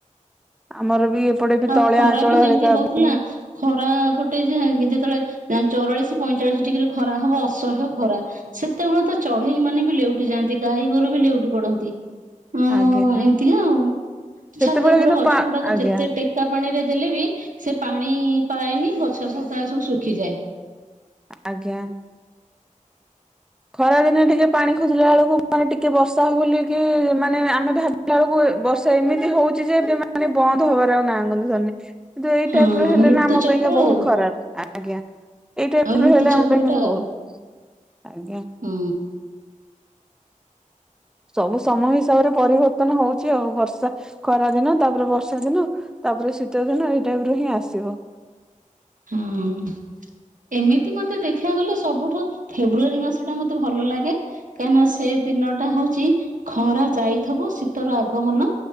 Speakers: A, in the centre; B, on the right.
A: ଆମର ବି ଏପଟେ ବି
B: ଆଉ
A: ତଳିଆ
B: ଖରା
A: ଅଞ୍ଚଳ
B: ବି ଯେମିତି
A: ହେରିକା
B: ହଉଥିଲା
A: ଯେତିକି
B: ଖରା ଗୋଟେ ଯେ ଯେତେବେଳେ ଚଉରାଳିଶ ପଇଁଚାଳିଶ ଡିଗ୍ରୀ ଖରା ହବ ଅସହ୍ୟ ଖରା। ସେତେବେଳେ ତ ଚଢେଇ ମାନେ ବି ଲେଉଠି ଯାଆନ୍ତି ଗାଈ ଗୋରୁ ବି ଲେଉଠି ପଡନ୍ତି। ହ
A: ଆଜ୍ଞା
B: ଏମତିକା ଆଉ
A: ସେତେବେଳେ
B: ଛାତ ଉପରେ
A: କିନ୍ତୁ
B: ଗଛ
A: ପା
B: ଗୁଡାକ
A: ଆଜ୍ଞା
B: ଯେତ ଟେକା ପାଣି ରେ ଦେଲେ ବି ସେ ପାଣି ପାଏନି ଗଛ ସଫା ସବୁ ଶୁଖିଯାଏ।
A: ଆଜ୍ଞା। ଖରା ଦିନେ ଟିକେ ପାଣି ଖୋଜିଲା ବେଳକୁ ମାନେ ଟିକେ ବର୍ଷା ହବ ବୋଲି କି ମାନେ ଆମେ ଭା ବେଳକୁ ବର୍ଷା ଏମିତି ହଉଛି ଯେ ଏବେ ମାନେ ବନ୍ଦ ହବାର ଆଉ ନା ଗନ୍ଧ ଧରୁନି। କିନ୍ତୁ ଏଇ
B: ହଁ
A: ଟାଇପ ର ହେଲେ
B: ଋତୁ
A: ନା ଆମ
B: ଚକ୍ର
A: ପାଇଁକା ବହୁତ
B: ଆଉ
A: ଖରାପ ଆଜ୍ଞା। ଏଇ ଟାଇପ
B: ଆଉ
A: ର
B: ଋତୁ
A: ହେଲେ
B: ଚକ୍ର
A: ଆମ ପାଇଁ କିନ୍ତୁ
B: ଟା ଆଉ।
A: ବହୁତ ଆଜ୍ଞା।
B: ହୁଁ।
A: ସବୁ ସମୟ ହିସାବରେ ପରିବର୍ତ୍ତନ ହଉଛି ଆଉ ବର୍ଷା ଖରା ଦିନ ତାପରେ ବର୍ଷା ଦିନ। ତାପରେ ଶୀତ ଦିନ ଏଇ ଟାଇପ ର ହିଁ ଆସିବ।
B: ହଁ। ଏମିତି ମତେ ଦେଖି ବାକୁ ଗଲେ ସବୁଠୁ ଫେବୃଆରୀ ମାସ ଟା ମତେ ଭଲ ଲାଗେ। କାହିଁକିନା ସେ ଦିନ ଟା ହଉଛି ଖରା ଯାଇଥିବ ଶୀତର ଆଗମନ।